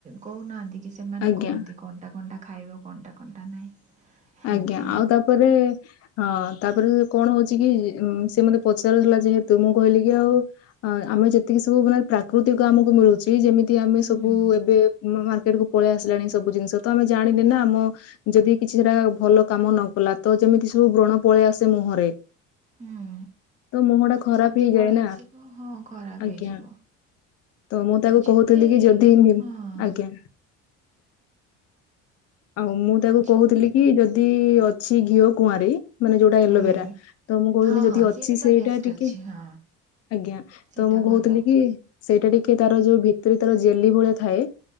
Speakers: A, on the right; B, on the left.
A: କହୁନାହାନ୍ତି କି ସେମାନେ
B: ଆଜ୍ଞା
A: କହନ୍ତି କଣ୍ଟା କଣ୍ଟା ଖାଇବେ କଣ୍ଟା କଣ୍ଟା ନାହିଁ। ଏମିତି
B: ଆଜ୍ଞା
A: ହଁ
B: ଆଉ ତାପରେ ହଁ ତାପରେ କଣ ହଉଛି କି ସେ ମତେ ପଚାରଥିଲା ଯେହେତୁ ମୁଁ କହିଲି କି ଆଉ ଆମେ ଯେତିକି ସବୁ ମାନେ ପ୍ରାକୃତିକ ଆମକୁ ମିଳୁଛି ଯେମିତି ଆମେ
A: ହୁଁ
B: ସବୁ ଏବେ ସେଟାକୁ ପଳେଇ ଆସିଲାଣି ସବୁ ଜିନିଷ ତ ଆମେ ଜାଣିନେ ନା ଆମ ଯଦି କିଛି ସେଟା ଭଲ କାମ ନ କଲା ତ ଯେମିତି ସବୁ ବ୍ରଣ ପଳେଇ ଆସେ ମୁହଁରେ
A: ହୁଁ
B: ତ ମୁହଁ ଟା ଖରାପ
A: ସେମିତି
B: ହେଇଯାଏ
A: ପଳେଇ
B: ନା,
A: ଆସିବ ହଁ ଖରାପ
B: ଆଜ୍ଞା
A: ହେଇଯିବ
B: ତ ମୁଁ ତାକୁ
A: ଯେତେ
B: କହୁଥିଲି କି ଯଦି ନିି
A: ହଁ
B: ଆଜ୍ଞା ଆଉ ମୁଁ ତାକୁ
A: ଯେ
B: କହୁଥିଲି କି ଯଦି ଅଛି ଘିଅ କୁଆଁରୀ ମାନେ ଯୋଉଟା
A: ହୁଁ
B: ଏଲୋଭେରା, ତ ମୁଁ କହୁଥିଲି
A: ହଁ
B: ଯଦି
A: ହଁ
B: ଅଛି
A: ତ
B: ସେଇଟା
A: ବେଷ୍ଟ
B: ଟିକେ
A: ଅଛି ହଁ।
B: ଆଜ୍ଞା
A: ସେଇଟା
B: ତ ମୁଁ କହୁଥିଲି
A: ଭଲ
B: କି ସେଇଟା ଟିକେ ତାର ଯୋଉ ଭିତରେ ତାର ଜେଲି ଭଳିଆ ଥାଏ,